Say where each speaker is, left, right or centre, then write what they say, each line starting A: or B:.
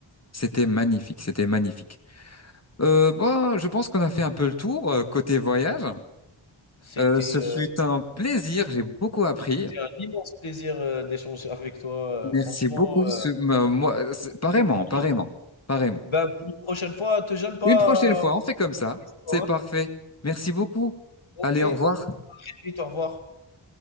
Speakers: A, on the left; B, on the left.
A: C'était magnifique, c'était magnifique. Euh, bah, je pense qu'on a fait un peu le tour euh, côté voyage.
B: c'était,
A: Euh, ce
B: heu,
A: fut un plaisir, j'ai beaucoup appris.
B: c'était un immense plaisir, heu, d'échanger avec toi, heu,
A: Merci
B: franchement,
A: beaucoup.
B: heu,
A: Ce- m- moi, c'est- pareillement,
B: je t'en prie.
A: pareillement, pareillement.
B: Bah, pour une prochaine fois, te gêne pas
A: Une prochaine
B: à
A: fois,
B: poser
A: on fait comme ça.
B: plus de questions,
A: C'est
B: hein.
A: parfait. Merci beaucoup.
B: OK,
A: Allez,
B: à
A: au
B: très
A: revoir.
B: vite, au revoir.